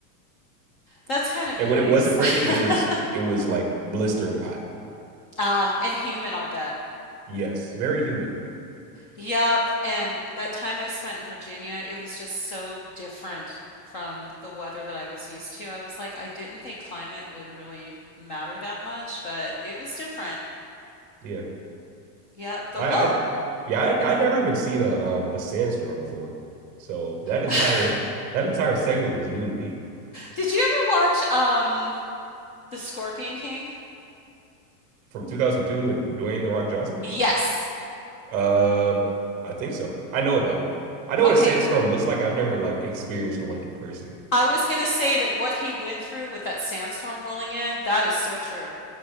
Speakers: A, on the left; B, on the right.
A: That's kind of
B: And
A: nice.
B: when it wasn't raining, it was
A: <laughs>
B: it was like blistering hot.
A: Ah, and humid, I'll bet.
B: Yes, very humid.
A: Yup. And that time I spent in Virginia, it was just so different from the weather that I was used to. I was like, I didn't think climate would really matter that much, but it was different.
B: Yeah.
A: Yep. But
B: I,
A: well,
B: I yeah, I I'd never even seen a um a sandstorm before. So that entire
A: <laughs>
B: that entire segment was new to me.
A: did you ever watch um The Scorpion King?
B: From 2002 with Dwayne The Rock Johnson?
A: Yes.
B: Uh, I think so. I know about it. I know what
A: Okay.
B: a sandstorm looks like. I've never like experienced one in person.
A: I was gonna say that what he went through with that sandstorm rolling in, that is so true.